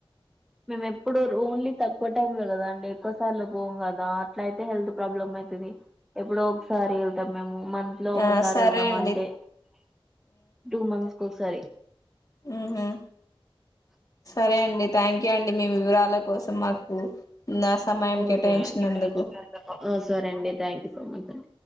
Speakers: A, in the centre; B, on the left (about 40°).
A: ఎప్పుడో రో ఓన్లీ తక్కువ టైంలో కదా అండి ఎక్కువ సార్లు పోం కదా అట్ల అయితే హెల్త్ ప్రాబ్లమ్ అయితది ఎప్పుడో ఒకసారి ఎ మేము మంత్ లో ఒకసారి
B: ఆ సరే
A: వెళ్తాము
B: అండి
A: అంటే టూ మంత్స్ ఒకసారి
B: ఉ హుమ్ సరే అండి థ్యాంక్ యూ అండి మీ వివరాల కోసం మాకు నా సమయం
A: ఓకే
B: కేటాయించినందుకు
A: అండి ఆ సరే అండి thank you so much an